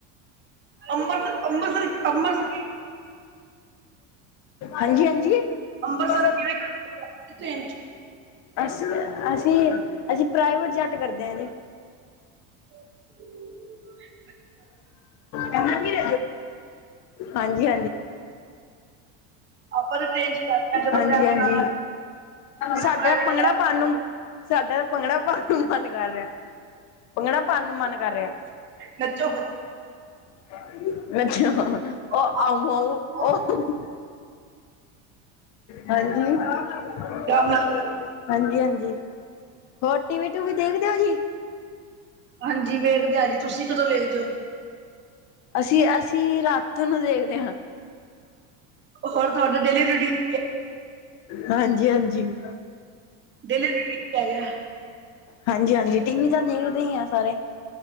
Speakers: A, on the right (about 30°); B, on the left (about 45°).
A: ਅੰਬਰ ਅੰਮ੍ਰਿਤ ਅੰਮ੍ਰਿਤਸਰ ਅੰਮ੍ਰਿਤਸਰ
B: ਹਾਂਜੀ ਹਾਂਜੀ
A: ਅੰਮ੍ਰਿਤਸਰ
B: ਦ
A: ਕਿਵੇਂ ਟ੍ਰੇਨ ਚ
B: ਅਸੀਂ ਅਸੀਂ ਅਸੀਂ ਪ੍ਰਾਈਵੇਟ ਜੈੱਟ ਕਰਦੇ ਆ ਜੀ
A: ਹੂੰ
B: ਹਾਂਜੀ ਹਾਂਜੀ
A: ਆਪਾਂ ਤਾਂ ਟ੍ਰੇਨ ਚ ਜਾਂਦੇ ਹਾਂ ਜਦੋਂ
B: ਹਾਂਜੀ
A: ਫੈਮਿਲੀ
B: ਹਾਂਜੀ
A: ਨਾਲ ਮੇਰਾ
B: ਸਾਡਾ
A: ਪ੍ਰਾਈਵੇਟ
B: ਭੰਗੜਾ ਪਾਉਣ ਨੂੰ ਸਾਡਾ ਤਾਂ ਭੰਗੜਾ ਪਾਉਣ ਨੂੰ ਮਨ ਕਰ ਰਿਹਾ ਪੰਗੜਾ ਪਾਣ ਨੂੰ ਮਨ ਕਰ ਰਿਹਾ।
A: ਨੱਚੋ ਫਿਰ
B: <unintelligible> ਅੱਛਾ
A: ਆਰਾਮ
B: ਉ ਪਾਓ ਹਾਂਜੀ। ਹਾਂਜੀ,
A: ਨਾਲ
B: ਹਾਂਜੀ, ਹੋਰ ਟੀਵੀ-ਟੂਵੀ ਦੇਖਦੇ ਹੋ ਜੀ।
A: ਹਾਂਜੀ, ਵੇਖਦੇ ਆ ਜੀ, ਤੁਸੀ ਕਦੋਂ ਵੇਖਦੇ ਔ।
B: ਅਸੀਂ ਅਸੀਂ ਰਾਤ ਨੂੰ ਦੇਖਦੇ ਆ।
A: ਹੋਰ ਤੁਹਾਡਾ ਡੇਲੀ ਰੂਟੀਨ ਕੀ ਹੈ
B: ਹਾਂਜੀ, ਹਾਂਜੀ।
A: ਡੇਲੀ ਰੂਟੀਨ ਕੀ ਹੈਗਾ
B: ਹਾਂਜੀ ਹਾਂਜੀ ਟੀਵੀ ਤਾਂ ਦੇਖਦੇ ਹੀ ਆ ਸਾਰੇ